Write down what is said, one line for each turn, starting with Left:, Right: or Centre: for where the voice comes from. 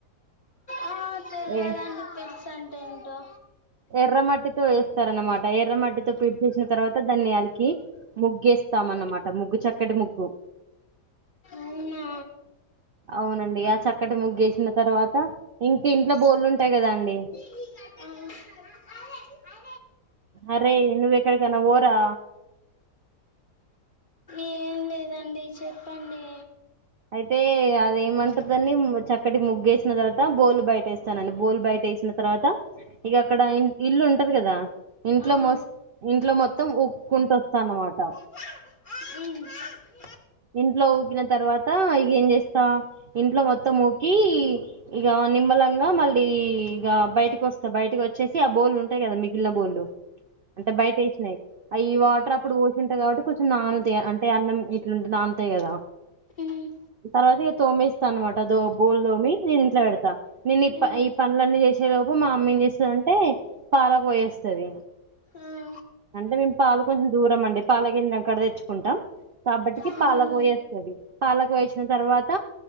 Left: ఆ తేల్వదండి
Right: ఏ
Left: పిడ్స్ అంటే ఏంటో
Right: ఎర్రమట్టితో వేస్తారనమాట ఎర్రమట్టితో పిడ్స్ ఎసిన తర్వాత దాన్ని అలికి ముగ్గేస్త స్థాం అన్నమాట ముగ్గు చక్కటి ముగ్గు
Left: అవునా
Right: అవునండి ఆ చక్కటి ముగ్గేసిన తర్వాత ఇంక ఇంట్లో బోళ్ళు ఉంటాయి కదా అండి
Left: ఆ
Right: అరే నువ్ ఎక్కడికన్నా పోరా
Left: ఏం లేదండి చెప్పండి
Right: అయితే అంటే అదే ఏమంటరు దాన్ని చక్కటి ముగ్గేసిన తర్వాత బోల్ బయట వేస్తానండి బోల్ బయట వేసిన తర్వాత ఇగ అక్కడ ఇల్లు ఉంటది కదా ఇంట్లో
Left: ఆ
Right: మస్ ఇంట్లో మొత్తం ఉక్కుంటూ వస్తా అన్నమాట
Left: ఉ
Right: ఇంట్లో ఊకిన తర్వాత ఇక ఏం చేస్తా ఇంట్లో మొత్తం ఊకి ఇక నిమ్మలంగా మళ్ళీ ఇక బయటకి వస్తా బయటకి వచ్చేసి ఆ బోళ్లుు ఉంటాయి కదా మిగిలిన బోళ్లు అంటే బయట వేసినాయి అ ఈ వాటర్ అప్పుడు పోసింటా కాబట్టి కొంచెం నానుతాయి అంటే అన్నం ఇట్లుంటుంది అంతే కదా
Left: ఈ
Right: తర్వాత ఇక తోమేస్తా అనమాట దో బోల్ దోమి నేను ఇంట్లో పెడతాను నేను ఈ
Left: ఉమ్
Right: ఈ పనులన్నీ చేసే లోపు మా అమ్మ ఏం చేస్తదంటే పాలకు పోయేస్తది
Left: ఆ
Right: అంటే మేము పాలు కొంచెం దూరం అండి పాల గిన్ అక్కడ తెచ్చుకుంటాం కాబట్టికి
Left: అవును
Right: పాలక పోయేస్తుంది పాలకు పోయోచ్చినా తర్వాత